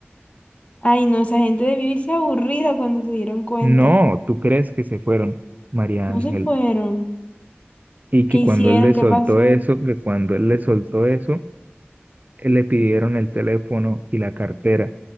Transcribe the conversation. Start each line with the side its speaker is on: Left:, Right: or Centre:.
Left: Ay, no, esa gente debió irse aburrida cuando se dieron cuenta.
Right: No, ¿tú crees que se fueron, María
Left: No
Right: Ángel?
Left: se fueron.
Right: Y que
Left: ¿Qué hicieron?
Right: cuando él le
Left: ¿Qué
Right: soltó
Left: pasó?
Right: eso, que cuando él le soltó eso, le pidieron el teléfono y la cartera.